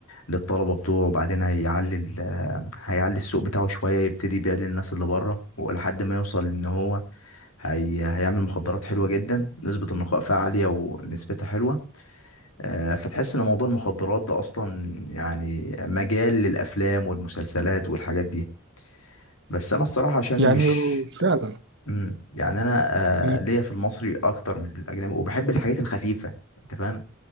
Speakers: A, on the left; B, on the right.
A: للطلبه بتوعه وبعدين هيعلي ال- آه، هيعلي السوق بتاعه شويه يبتدي يبيع للناس اللي بره ولحد ما يوصل ان هو هي... هيعمل مخدرات حلوه جدا نسبه النقاء فيها عاليه ونسبتها حلوه آه، فتحس ان موضوع المخدرات ده اصلا يعني مجال للافلام والمسلسلات والحاجات دي بس انا الصراحه عشان
B: يعني
A: مش
B: فعلا
A: مم، يعني انا
B: ال-
A: آه، ليا في المصري اكتر من الاجنبي وبحب الحاجات الخفيفه انت فاهم